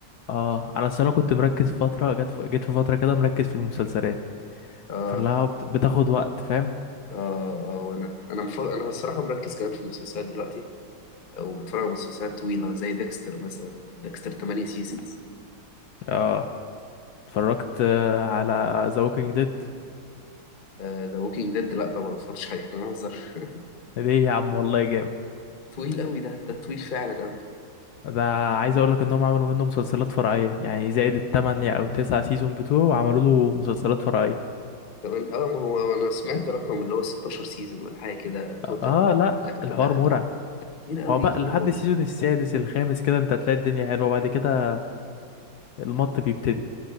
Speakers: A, on the left (about 70°); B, on the left (about 40°).
A: اه انا أصل انا كنت مركز فتره جت ف... جيت في فتره كده مركز في المسلسلات
B: اه
A: فاللي بت... بتاخد وقت فاهم
B: اه اه وانا انا مف... انا الصراحه مركز كمان في المسلسلات دلوقتي آه، وبتفرج على مسلسلات طويله زي ديكستر مثلا ديكستر 8 سيزونز
A: اه اتفرجت آه، على ذا ووكينج ديد
B: ذا ووكينج ديد لا طبعا ما اتفرجتش عليه احنا بنهزر <laughs>
A: ليه يا عم والله جامد
B: طويل قوي ده ده طويل فعلا قوي
A: ده عايز اقول لك انهم عملوا منه مسلسلات فرعيه يعني زائد التمانية او تسعة سيزون بتوعه عملوا له مسلسلات فرعيه
B: كمان- اه ما هو انا سمعت رقم اللي هو 16 سيزون ولا حاجه كده توتال
A: اه لا
B: حاجاته كلها
A: الحوار مرعب
B: كتير قوي
A: هو بقى
B: كتير
A: لحد
B: قوي
A: السيزون السادس الخامس كده انت هتلاقي الدنيا حلوه بعد كده المط بيبتدي